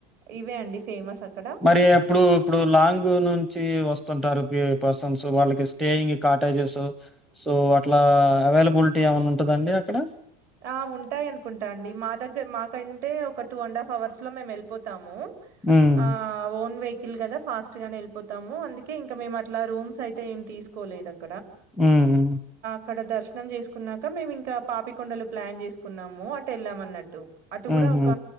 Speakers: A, on the right; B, in the centre.
A: ఇవే అండి ఫేమస్ అక్కడ.
B: మరి ఎప్పుడు ఇప్పుడు లాంగ్ నుంచి వస్తుంటారు పర్సన్స్ వాళ్ళకి స్టేయింగ్ కాటేజెస్ సో అట్లా అవైలబిలిటీ ఏమైన్నా ఉంటుందండి అక్కడ
A: ఆ ఉంటాయి అనుకుంటా అండి మా దగ్గర మాకైే ఒక టూ అండ్ హాఫ్ అవర్స్ లో మేము వెళ్ళిపోతాము
B: హ్మ్.
A: ఆ ఓన్ వే ల్ కదా ఫాస్ట్ గానే వెళ్పోతాము అందుకే ఇంకా మేము అట్లా రూమ్స్ అయితే ఏం తీకోలేదక్క
B: ఉమ్మ్
A: అక్కడ దర్శనం చేసుకున్నాక మేము ఇంకా పాపికొండలు ప్లాన్ చేసుకున్నాము అటు వెళ్ళామ అన్నట్టు అటు
B: హుహు.
A: కూడా ఒక